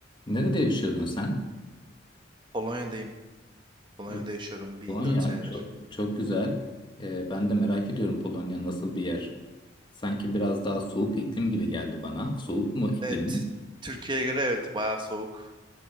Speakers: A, on the left (about 25°); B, on the right (about 25°).
A: Nerede yaşıyordun sen?
B: Polonya'dayım. Polonya'da
A: E,
B: yaşıyorum bir
A: Polonya
B: 4 senedir.
A: çok çok güzel. E, ben de merak ediyorum Polonya nasıl bir yer? Sanki biraz daha soğuk iklim gibi geldi bana. Soğuk mu iklimin?
B: Evet, Türkiye'ye göre evet bayağı soğuk.